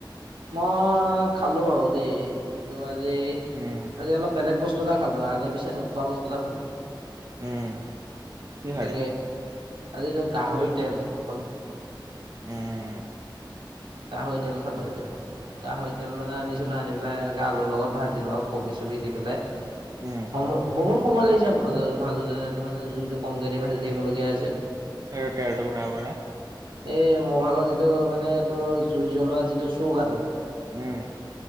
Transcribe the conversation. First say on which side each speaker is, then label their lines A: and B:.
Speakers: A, on the right; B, on the right.
A: মই খালোঁ আৰু দেই। ত' আজি
B: উম।
A: আজি অলপ, বেলেগ বস্তু এটা খালোঁ, আগে -পিছে নোখোৱা বস্তু এটা খালোঁ।
B: উম কি খালি
A: তাকে, আজিতো গাহৰি তেল অকল।
B: উম।
A: গাহৰি তেল খালোঁ, আজি অকল। গাহৰি তেল মানে, আনিছিলোঁ, আনি পেলাই এনেকে, আলুৰ লগত ভাজিলোঁ আৰু কবি-চবি দি পেলাই।
B: উম।
A: সময়, বহুত সময় লাগিছে, ভা-ভাজোঁতে, ত' মানে, জুইটো কমকৈ দি ভাজি থাকিবলগীয়া হৈছে।
B: আৰু তেলটো ওলাই গ'লে?
A: এই, মোৰ ভাগৰ যিটো, মানে তোৰ, জুই জ্বলোৱা যিটো চৌকাটো,
B: উম।